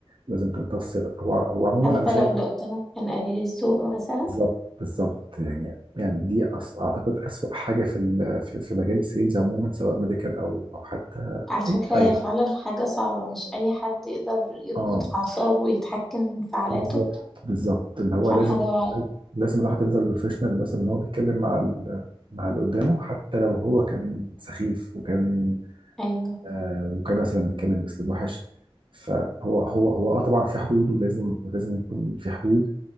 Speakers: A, on the right; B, in the centre.
A: لازم تمتصي هو هو عموما
B: حتى
A: انا شايف
B: لو اللي قدامك كان قليل الذوق مثلا
A: بالظبط بالظبط يعني يعني دي أص- اعتقد اسوأ حاجه في ال- في في مجال السيلز عموما سواء ميديكال او او حتى
B: على فكره
A: اي حاجه
B: هي فعلا حاجه صعبه مش اي حد يقدر يضبط
A: اه
B: اعصابه ويتحكم في انفعالاته
A: بالظبط بالظبط اللي هو
B: عشان
A: لازم
B: حاجه واعيه
A: لازم الواحد يفضل بروفيشنال مثلا هو بيتكلم مع ال- مع اللي قدامه حتى لو هو كان سخيف وكان
B: ايوه
A: آه، وكان مثلا بيتكلم باسلوب وحش فهو هو هو اه طبعا في حدود ولازم ولازم يكون في حدود